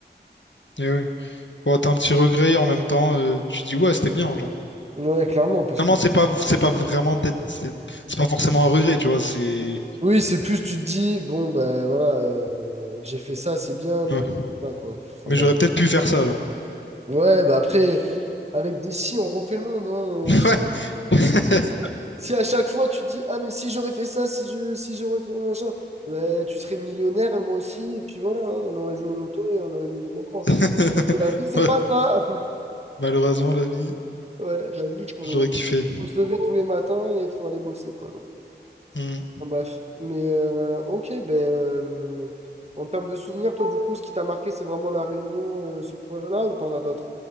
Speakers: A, on the left; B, on the right.
A: eh oui. Bon, t'as un petit regret et en même temps, euh, tu dis ouais, c'était bien, genre.
B: Ouais, clairement, parce
A: Finalement,
B: que
A: c'est pas, c'est pas vraiment peut-être, c'est c'est pas forcément un regret, tu vois, c'est.
B: Oui, c'est plus tu te dis, bon, ben voilà, euh, j'ai fait ça, c'est bien, mais
A: Ouais.
B: voilà quoi. Enfin,
A: Mais
B: bref.
A: j'aurais peut-être pu faire ça, genre.
B: Ouais, bah après, avec des si, on refait le monde. hein.
A: <laughs>
B: Si, si-
A: Ouais.
B: si à chaque fois tu te dis, ah, mais si j'aurais fait ça, si je, si j'aurais fait machin, bah, tu serais millionnaire, et moi aussi, et puis voilà, hein, on aurait joué au loto et on aurait mis les bons points.
A: <laughs>
B: La vie, c'est
A: Ouais.
B: pas ça. <laughs>
A: Malheureusement, la vie,
B: Ouais, la vie, faut,
A: j'aurais kiffé.
B: faut se lever tous les matins et faut aller bosser quoi. donc.
A: Hmm.
B: Enfin, Bref, mais euh, ok, ben, euh, en termes de souvenirs, toi, du coup, ce qui t'a marqué, c'est vraiment la réunion, euh, ce foyer-là, ou t'en as d'autres?